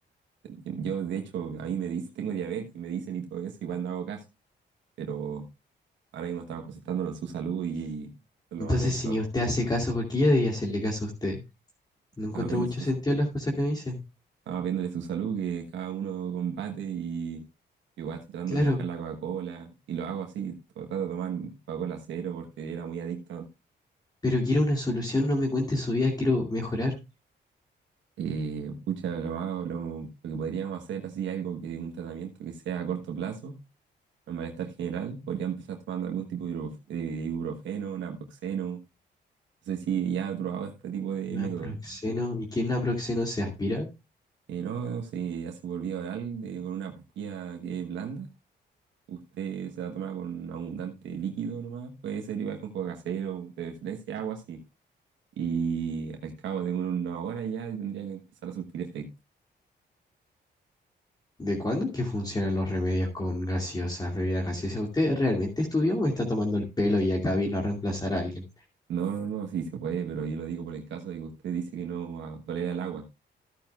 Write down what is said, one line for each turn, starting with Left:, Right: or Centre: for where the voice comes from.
Right: yo de hecho a mí me dicen, tengo diabetes y me dicen y todo eso, igual no hago caso, pero ahora mismo estamos concentrándonos en su salud y, eso es
Left: Entonces,
Right: lo más adecuado.
Left: si ni usted hace caso, por qué yo debía hacerle caso a usted? No
Right: Estaba
Left: encuentro
Right: viendo
Left: mucho sentido
Right: su,
Left: en las cosas que me dice.
Right: estaba viéndole su salud, que cada uno combate y igual estoy tratando
Left: Claro,
Right: de dejar la Coca-Cola y lo hago así, trato de tomar Coca-Cola cero porque era muy adicto
Left: pero quiero una solución, no me cuente su vida, quiero mejorar.
Right: Eh, pucha, lo más- lo, lo que podríamos hacer así algo que un tratamiento que sea a corto plazo, un malestar general, podría empezar tomando algún tipo de ibuprof- de ibuprofeno, naproxeno, no sé si ya has probado este tipo de
Left: Naproxeno.
Right: método.
Left: ¿Y qué naproxeno se aspira?
Right: Eh, no, no sé, hace por vía oral de- con una pastilla que es blanda, usted se la toma con abundante líquido nomás, puede ser igual con coca cero, de preferencia agua así, y al cabo de una hora ya tendría que empezar a surtir efecto.
Left: ¿De cuándo que funcionan los remedios con gaseosas, bebidas gaseosas? ¿Usted realmente estudió o me está tomando el pelo y acá vino a reemplazar a alguien?
Right: No, no, no, sí se puede, pero yo lo digo por el caso de que usted dice que no ah, tolera el agua.